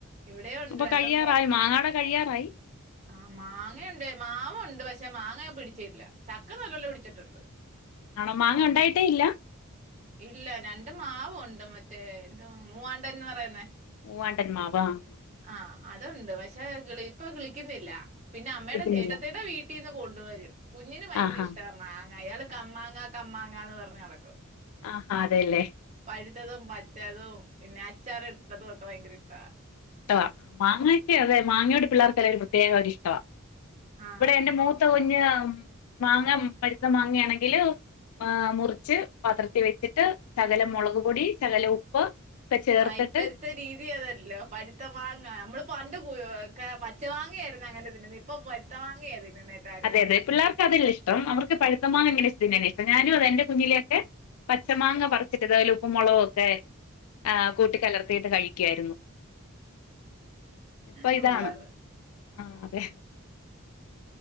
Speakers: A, on the right; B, on the left.
A: ഇവിടെയും ഉണ്ട്
B: ഇപ്പ
A: രണ്ടും
B: കഴിയാറായി മാങ്ങ ഇവടെ കഴിയാറായി
A: ആഹ് മാങ്ങയുണ്ട് മാവുണ്ട് പക്ഷെ മാങ്ങ പിടിച്ചിയില്ല ചക്ക നല്ലോലെ പിടിച്ചിട്ടുണ്ട്
B: നാടം മാങ്ങ ഉണ്ടായിട്ടെ ഇല്ലാ
A: ഇല്ല രണ്ട് മാവ് ഉണ്ട് മറ്റേ എന്തോ മൂവാണ്ടെൻന്ന് പറയുന്നേ
B: മുവാണ്ടെൻ മാവ് ആഹ്
A: ആഹ് അതുണ്ട് പക്ഷെ കിളി ഇപ്പൊ കിളിക്കുന്നില്ല പിന്നെ അമ്മയുടെ
B: വിളിക്കുന്നില്ല
A: ചേട്ടത്തിടെ വീ ട്ടീന്ന് കൊണ്ട് വരും കുഞ്ഞിന് ഭയങ്കര
B: ആഹാ
A: ഇഷ്ടാ മാങ്ങ അയാൾ കമ്മാങ്ങ കമ്മാങ്ങാ എന്ന് പറഞ്ഞ് നടക്കും
B: ആഹ് ഹാ അതെലെ
A: പഴ്ത്തതും പച്ചതും പിന്നെ അച്ചാറ് ഇട്ടതും ഒക്കെ ഭയങ്കര ഇഷ്ടാ
B: ഇഷ്ടവാ മാങ്ങയൊക്കെ അതെ മാങ്ങയോടെ പിള്ളാർക്ക് അല്ലെലും പ്രത്യേക ഒരു ഇഷ്ടവാ
A: ആഹ്
B: ഇബടെ എൻ്റെ മൂ ത്ത കുഞ്ഞ് മാങ്ങ പഴ്ത്ത മാങ്ങയാണെങ്കിൽ ഏന് മുറിച്ച് പത്രത്തിൽ വെച്ചിട്ട് സകലം മൊളക് പൊടി സകലം ഉപ്പ് ഒക്കെ ചേർത്തിട്ട്
A: ആഹ് ഇപ്പഴ്ത്തെ രീതി അത് അല്ലോ പഴ്ത്ത മാങ്ങ നമ്മൾ പണ്ട് കു ഒക്കെ പച്ച മാങ്ങയായിരുന്നു അങ്ങനെ തിന്നുന്നെ ഇ പ്പം പഴുത്ത മാങ്ങെ തിന്നുന്നെ എല്ലാരും
B: ഇതെ പിള്ളേര് ക്ക് അത് അല്ലെ ഇഷ്ടം അവർക്ക് പഴ്ത്ത മാങ്ങ <unintelligible> ഇഷ്ടം ഞാനും അതെ ഇന്റെ കുഞ്ഞിലൊക്കെ പച്ചമാങ്ങ പറിച്ചിട്ട് ഇതു പോലെ ഉപ്പും മൊളകും ഒക്കെ ആഹ് കൂട്ടി കലർത്തിയിട്ട് കഴിക്കായിരുന്നു. ഇപ്പ
A: പിള്ളേര്.
B: ഇതാണ് ആഹ് അതെ
A: ഉ